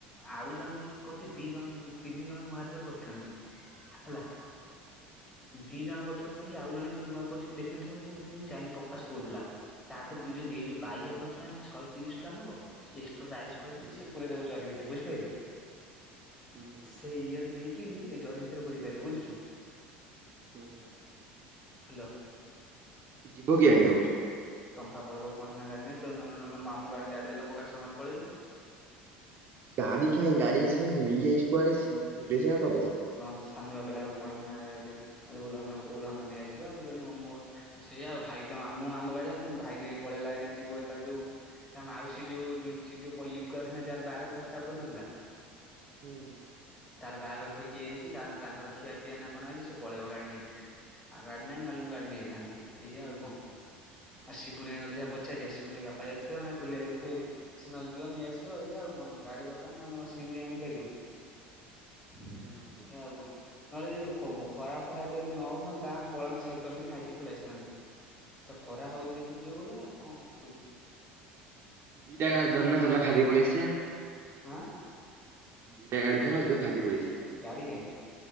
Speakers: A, on the left (about 15°); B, on the right (about 45°).
A: ଆଉ ଜଣେ ଯିଏ କରୁଚି ଦି ଜଣ ତିନି ଜଣ ନୂଆ ଏଥିରେ କରୁଛନ୍ତି ହେଲା। ଦିଜଣ କଥିରୁ ଖାଇ ଆଉଣ ଯେ ନୂଆ କରିଛି ମୁଁ ଦେଖିଥିବ ତାକତି ମୁଁ ଯାଇନି ପ୍ରକାଶ କହୁଥିଲା। ତା କଥି ଏଯୋ ଏଇ ଯୋଉ ବାଇଆ
B: ହୁଁ
A: କଥିରୁଆଣି ସହେ ତିରିଶ ଟଙ୍କା ନବ ଏକ୍ସଟ୍ରା ରାଇସ୍ କହିଲେ
B: ହୁଁ
A: ସେ ପୁରାଇ ଦବ ଜିରିବି ତିରେ ବୁଝପାଇଲୁ
B: ହୁଁ
A: ସେଇରେ ଦେଇକିବି ଏଜରି ଭିତରେ ପୁରେଇ ପାରିବ ବୁଝୁଚୁ?
B: ହୁଁ।
A: ହ୍ୟାଲୋ।
B: ଯିବ କିଏ ଆଣିବାକୁ?
A: କମ୍ଫା ପଳେଇବ କଣନା ଗାଡି ନେଇତ ନ ନ ନ ନ ମାମୁ ଗାଡି ଗାଡ଼ିରେ ତ ପ୍ରକାଶର ମୋର ପଳେଇବୁ।
B: ଗାଡି ଖାଇଁ ଗାଡିସିଏ ନେଇଛି କୁଆଡେ ଥିଲେ ସେନା ଦବ।
A: ସାନୁଆ କହିଲା କଁ କହିଲୁନା <unintelligible> ଧନକୁ କହୁ ଧନ ନେଇ ଆସିବ ମୁଁ କହିଲି ମୋ ମୋ ସେଇ ଆଉ ଭାଇ ତ ଆମୁଁ ଆମ ଗାଡି ଆନଥାନ୍ତି ଭାଇ ନେଇ ପଳେଇଲା ଏଇନା ଯିବ ଏତା ଯୋଉ ତା ମାଉସ ଟିଯୋଉ ଯୋ ଚିଯୋ ପୁଅ ଲିକୁଆ ସାଙ୍ଗେ ଯାହାର ବାଘର ପସ୍ଥାପ ପନଥିଲା।
B: ହୁଁ ହୁଁ।
A: ତାର ବାହାଘ ଠିକ ହେଇଯାଇଚି ତା ତାଙ୍କର ଖିଆ ପିଆ ନା କଣ ଆଜି ସେ ପଳେଇବ ଗାଡି ନେଇକି। ଆଉ ଗାଡି ନାହିଁ ନହେଲେ ମୁଁ ଗାଡି ନେଆଇଥାନ୍ତି ଏଇଆ ଆଉ କଣ। ଆଉ ଶିବୁ <unintelligible> ପଚାରିବା ଶିବୁନ୍ ଭାଇ ବାପା <unintelligible> ଟୁଲିଆ ଥି ସିଏ ନ ହେଲେ ଯିବ ନେଇ ଆସିବ ଆଉ ଏଇଆ ଆଉ କଣ ଗାଡି ଦୋକାନ <unintelligible> ସେମିତି ଆଣିପାରିବ। ଏଇଆ
B: ସେଇଆ ତ ମୁଁ କହୁଛି
A: କଣ? ନହେଲେ ଯଦି ଖ-ବ-ଖରା ଫରା ଯଦି ନ ହୁଅନ୍ତା ଆମେ ପଳାନ୍ତେ ସାଇକଲ ନେଇକି ଖାଇ ଦେଇକି ପଳେଇ ଆସିଥାନ୍ତେ। ତ ଖରା ହଉଚି ଦେଖୁଚୁ ଯୋଉ ଭଳିଆ ଆଉ କଣ କହୁଛୁ।
B: ଦିଟା <unintelligible> ଚାଲୁନ ଖାଇଦେଇକି ପଳେଇଆସିବା।
A: ଆଁ।
B: ଦିଟା ଗାଡି ଧର ଯିବା ଖାଇଦେଇ ପଳେଇଆ
A: ଗାଡି କାଇଁ?